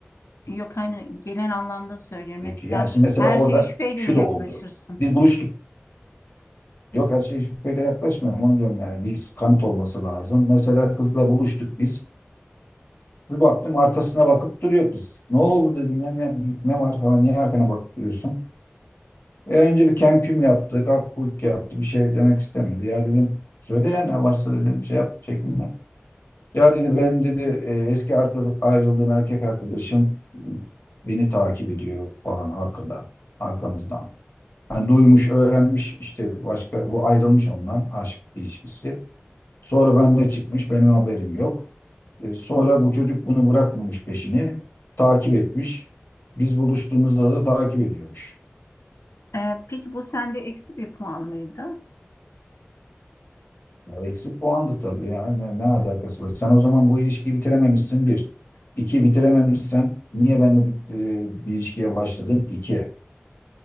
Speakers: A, on the left; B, on the left.
A: Yok hani genel anlamda söylüyorum.
B: gerekiyor.
A: Mesela
B: Yani şimdi mesela
A: her
B: orada
A: şeye şüpheyle
B: şu
A: mi
B: da
A: yaklaşırsın?
B: oldu. Biz buluştuk. Yok her şey şüpheyle yaklaşmıyorum onu diyorum yani biz kanıt olması lazım. Mesela kızla buluştuk biz. Bir baktım arkasına bakıp duruyor kız. Ne oldu dedim ya ne, ne var falan niye arkana bakıp duruyorsun? E, önce bir kemküm yaptık, akkuyuk yaptı bir şey demek istemedi. Ya dedim söyle ya ne varsa dedim şey yap çekinme. Ya dedi ben dedi e, eski arka- ayrıldığım erkek arkadaşım e, beni takip ediyor falan arkada, arkamızdan. Hani duymuş, öğrenmiş işte başka bu ayrılmış ondan aşk ilişkisi. Sonra benimle çıkmış, benim haberim yok. E, sonra bu çocuk bunu bırakmamış peşini, takip etmiş. Biz buluştuğumuzda da takip ediyormuş.
A: E, peki bu sende eksi bir puan mıydı?
B: Ya eksik puandı tabii ya. Ne, ne alakası var? Sen o zaman bu ilişkiyi bitirememişsin bir. İki bitirememişsen niye benimle bir, e, bir ilişkiye başladın? İki.